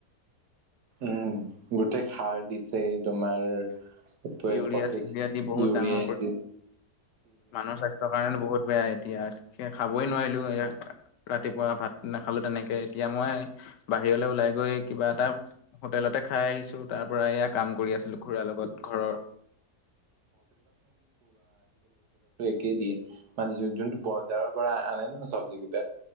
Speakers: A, on the right (about 70°); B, on the left (about 85°).
A: উম গোটেই সাৰ দিছে। তোমাৰ প্ৰটেছ
B: ইউৰিয়া চিউৰিয়া
A: ইউৰিয়া
B: দি বহুত ডাঙৰ
A: হেচি
B: কৰে। মানুহৰ স্বাস্থ্যৰ কাৰণে বহুত বেয়া। এতিয়া খে খাবই নোৱাৰিলো ৰাতিপুৱা ভাত নাখালো তেনেকে এতিয়া মই বাহ- বাহিৰলৈ ওলাই গৈ কিবা এটা হোটেলতে খাই আহিছো তাৰ পৰা এয়া কাম কৰি আছিলোঁ। খুৰাৰ লগত ঘৰৰ
A: কে দিয়ে মানে যোনটো বজাৰৰ পৰা আনে ন চবজি কেইতা।